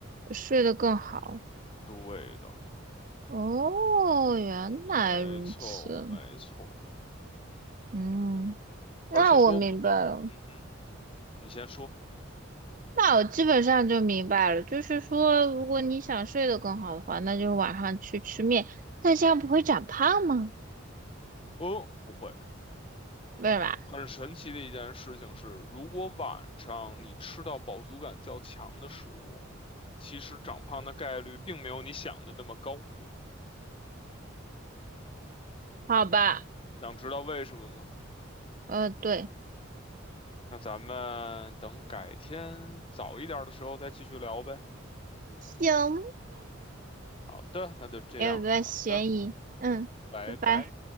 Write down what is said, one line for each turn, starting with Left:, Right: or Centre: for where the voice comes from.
Right: 睡得更好。
Left: 对的，
Right: 哦，原来如此，
Left: 没错，没错。
Right: 嗯，那我明白了，
Left: 而且说，嗯哼，你先说。
Right: 那我基本上就明白了，就是说，如果你想睡得更好的话，那就晚上去吃面，那这样不会长胖吗？
Left: 哦，不会。
Right: 对吧？
Left: 很神奇的一件事情是，如果晚上你吃到饱足感较强的食物，其实长胖的概率并没有你想的那么高。
Right: 好吧，
Left: 想知道为什么吗？
Right: 呃，对，
Left: 那咱们等改天早一点儿的时候再继续聊呗。
Right: 行，
Left: 好的，那就这样。
Right: 没有个嫌疑，
Left: 好的，
Right: 嗯，
Left: 拜拜。
Right: 拜拜。